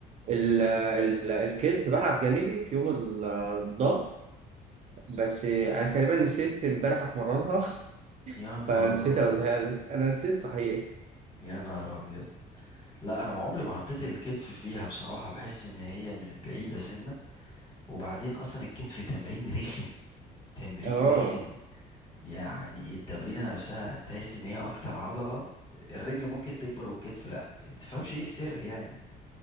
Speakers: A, on the right; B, on the left.
A: ال- ال- الكتف بلعب جانبي في يوم ال- الظهر بس انا تقريبا نسيت امبارح اتمرنها <laughs>
B: يا نهار
A: فنسيت
B: أبيض
A: اقولها لك انا نسيت صحيح
B: يا نهار أبيض لا أنا ما عمري ما حطيت الكتف فيها بصراحة بحس إن هي مش بعيدة سنة وبعدين أصلا الكتف تمرين رخم تمرين
A: اه
B: رخم يعني التمرينة نفسها تحس ان هي اكتر عضلة الرجل ممكن تكبر والكتف لا تفهمش ايه السر يعني